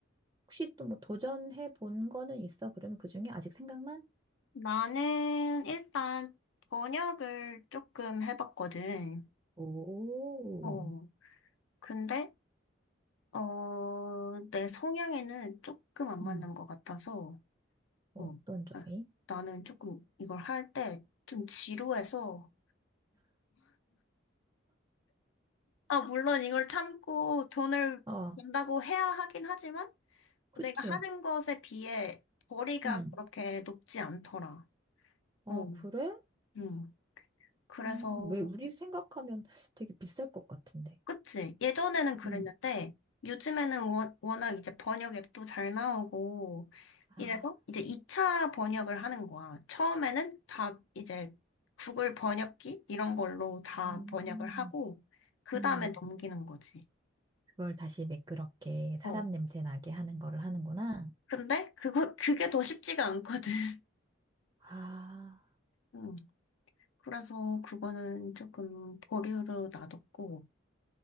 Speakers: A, on the right; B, on the left.
A: 혹시 또 뭐 도전해 본 거는 있어? 그러면 그 중에 아직 생각만?
B: 나는 일단 번역을 조금 해봤거든.
A: 오,
B: 어, 근데, 어, 내 성향에는 조금 안
A: 음.
B: 맞는 것 같아서,
A: 어떤
B: 어,
A: 점이?
B: 아, 나는 조금 이걸 할 때 좀 지루해서, 아, 물론 이걸 참고 돈을
A: 아,
B: 번다고 해야 하긴 하지만,
A: 그치.
B: 내가 하는 것에 비해 거리가
A: 음.
B: 그렇게 높지 않더라.
A: 아,
B: 어,
A: 그래?
B: 음. 그래서,
A: 음, 왜 우리 생각하면 되게 비쌀 것 같은데.
B: 그치. 예전에는 그랬는데,
A: 음.
B: 요즘에는 워, 워낙 이제 번역 앱도 잘 나오고, 이래서
A: 아,
B: 이제 2차 번역을 하는 거야. 처음에는 다 이제 구글 번역기? 이런 걸로 다
A: 음,
B: 번역을 하고, 그
A: 음.
B: 다음에 넘기는 거지.
A: 그걸 다시 매끄럽게 사람
B: 어.
A: 냄새 나게 하는 거를 하는구나.
B: 근데 그거, 그게 더 쉽지가 않거든. <laughs>
A: 아,
B: 음. 그래서 그거는 조금 보류로 놔뒀고,